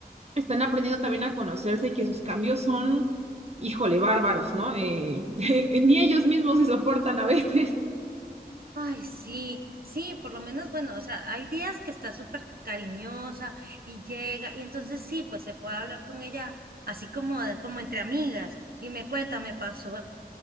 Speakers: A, on the right (about 40°); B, on the right (about 65°).
A: están aprendiendo también a conocerse y que sus cambios son, híjole, bárbaros, ¿no? Eh, <laughs> ni ellos mismos se soportan a veces.
B: Ay, sí, sí, por lo menos, bueno, o sea, hay días que está súper cariñosa y llega, y entonces sí, pues se puede hablar con ella así como, de- como entre amigas, y me cuenta, me pasó